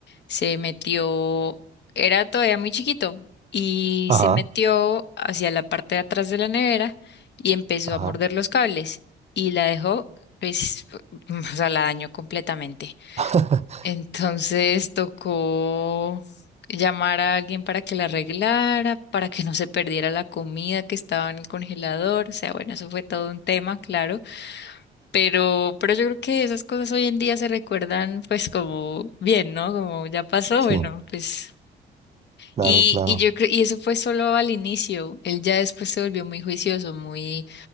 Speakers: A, on the left; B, on the right.
A: se metió, era todavía muy chiquito y
B: ajá,
A: se metió hacia la parte de atrás de la nevera y empezó
B: ajá.
A: a morder los cables y la dejó, pues, <laughs> o sea, la dañó completamente.
B: <laughs>
A: Entonces tocó llamar a alguien para que la arreglara, para que no se perdiera la comida que estaba en el congelador. O sea, bueno, eso fue todo un tema, claro. Pero, pero yo creo que esas cosas hoy en día se recuerdan pues como bien, ¿no? Como ya pasó,
B: Sí,
A: bueno, pues.
B: claro,
A: Y,
B: claro.
A: y yo creo, y eso fue solo al inicio. Él ya después se volvió muy juicioso, muy